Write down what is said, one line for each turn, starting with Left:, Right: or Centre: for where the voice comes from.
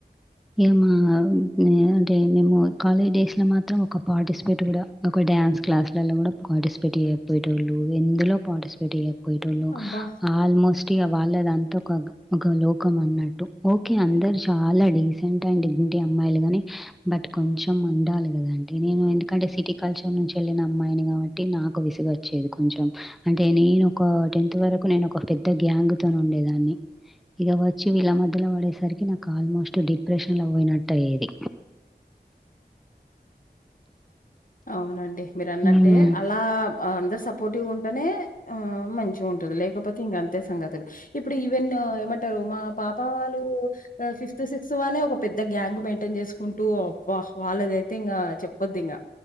Centre: ఏ మా అ నే అంటే మేము కాలేజ్ డేస్ లో మాత్రం ఒక పార్టిసిపేట్ కూడా ఒక డ్యా న్స్ క్లాసులలో కూడా పార్టిసిపేట్ ఎయకపోయే వాళ్ళు ఎందులో పార్టిసిపేట్ ఎయ్య పోయేటోలు
Left: అబ్బా!
Centre: ఆల్మోస్ట్ ఇగ వాళ్ళదంతా ఒక ఒక లోకం అన్నట్ ఓకే అందరు చాలా డీసెంట్ అండ్ డిగ్నిటీ అమ్మాయిలు గాని బట్ కొంచెం ఉండాలిగా అంటే నేను ఎందుకంటే సిటీ కల్చర్ నుంచి వెళ్ళిన అమ్మాయిని కాబట్టి నాకు విసుగ వచ్చేది కొంచెం అంటే నేను ఒక టెన్త్ వరకు నేను ఒక పెద్ద గ్యాంగ్ తోనే ఉండేదాన్ని ఇక వచ్చి వీళ్ళమో మొదల పడేసరికి నాకు ఆల్మోస్ట్ డిప్రెషన్లో పోయినట్టు అయ్యేది
Left: అవునండి మీరు అన్నట్టే
Centre: మ్మ్.
Left: అలా అందరు సపోర్టివ్గా ఉం టేనే ఆ మంచిగా ఉంటది లేకపోతే ఇంకా అంతే సంగతులు ఇప్పుడు ఈవెన్ ఏమంటారు మా పాప వాళ్ళ ఫిఫ్త్ సిక్స్త్ వాళ్ళే ఒక పెద్ద గ్యాంగ్ మెయింటైన్ చేసుకుంట టూ అబ్బా వాళ్ళదైతే ఇంకా చెప్పొదు ఇంకా